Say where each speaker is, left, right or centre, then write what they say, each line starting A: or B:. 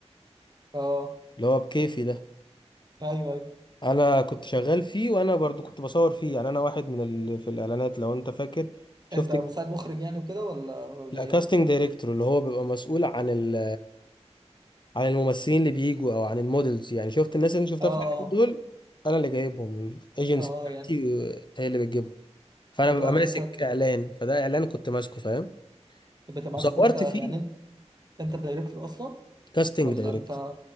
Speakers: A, on the right; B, on the left.
A: اه
B: اللي هو بكيفي ده
A: ايوه ايوه
B: انا كنت شغال فيه وانا برضو كنت بصور فيه يعني انا واحد من ال... في الاعلانات لو انت فاكر شفت
A: انت مساعد مخرج يعني وكده ولا ولا
B: لا
A: ايه
B: كاستنج دايركتور اللي هو بيبقى مسؤول عن ال عن الممثلين اللي بيجوا او عن المودلز يعني شفت الناس اللي أنا شفتها
A: اه اه
B: في الفيلم دول انا اللي جايبهم الايجنسي
A: اه
B: بتاعتي
A: اه، يعني
B: آه، هي اللي بتجيبهم فانا
A: بتقعد
B: ببقى ماسك
A: انت
B: اعلان فده اعلان كنت ماسكه فاهم
A: بتمسك
B: وصورت
A: انت يعني
B: فيه
A: انت انت الدايركتور اصلا
B: كاستنج
A: ولا
B: دايركتور
A: انت